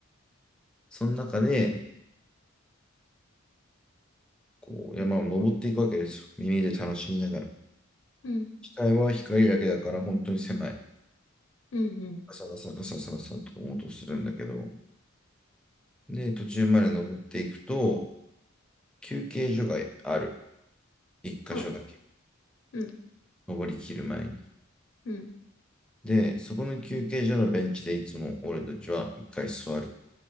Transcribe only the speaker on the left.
うん、
うん、うん。
そううん、
うん、